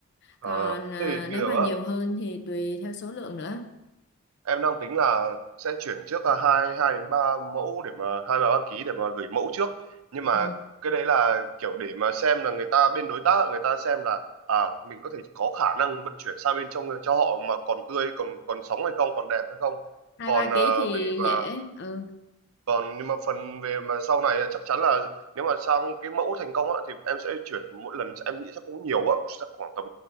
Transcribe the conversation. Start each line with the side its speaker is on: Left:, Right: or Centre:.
Right: ờ
Left: còn à,
Right: thế thì bây
Left: nếu
Right: giờ
Left: mà nhiều
Right: á
Left: hơn thì tùy theo số lượng nữa
Right: em đang tính là sẽ chuyển trước là hai hai đến ba mẫu để mà hai ba đăng ký để mà gửi mẫu trước nhưng mà
Left: ừ.
Right: cái đấy là kiểu để mà xem là người ta bên đối tác người ta xem là à mình có thể có khả năng vận chuyển sang bên trong cho họ mà còn tươi còn còn sống hay không còn đẹp hay không
Left: 2-3
Right: còn ờ,
Left: kg thì
Right: về mà
Left: dễ ừ.
Right: còn nhưng mà phần về mà sau này ấy, chắc chắn là nếu mà sang cái mẫu thành công á, thì em sẽ chuyển mỗi lần em nghĩ chắc cũng nhiều á chắc khoảng tầm